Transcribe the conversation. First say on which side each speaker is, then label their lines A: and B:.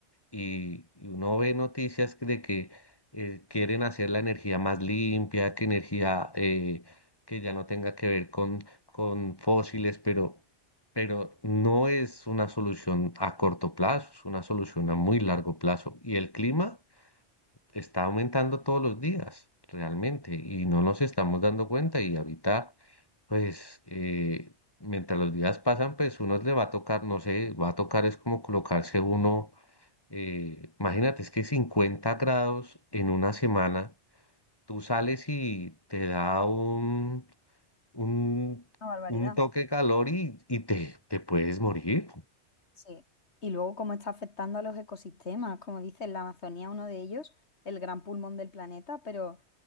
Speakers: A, on the left; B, on the left.
A: y y uno ve noticias que- de que eh, quieren hacer la energía más limpia, que energía eh, que ya no tenga que ver con, con fósiles, pero, pero no es una solución a corto plazo, es una solución a muy largo plazo. Y el clima está aumentando todos los días, realmente, y no nos estamos dando cuenta y ahorita, pues... eh, Mientras los días pasan, pues uno le va a tocar, no sé, va a tocar es como colocarse uno eh, imagínate, es que 50 grados en una semana, tú sales y te da un, un,
B: Una barbaridad.
A: un toque de calor y, y te, te puedes morir.
B: Sí, y luego cómo está afectando a los ecosistemas, como dice la Amazonía, uno de ellos, el gran pulmón del planeta, pero